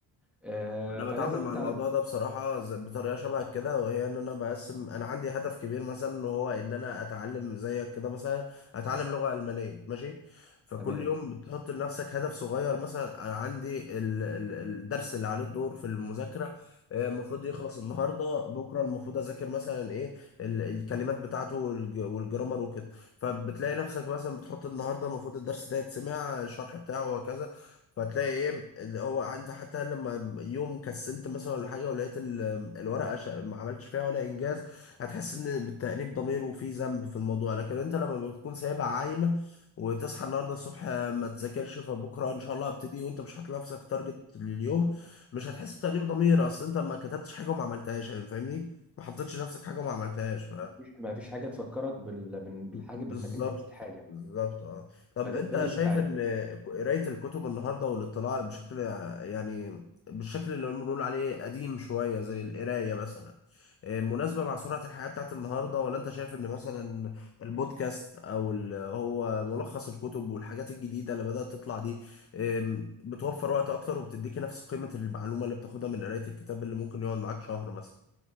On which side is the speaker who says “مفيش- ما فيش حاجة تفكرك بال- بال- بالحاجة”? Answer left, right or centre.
Centre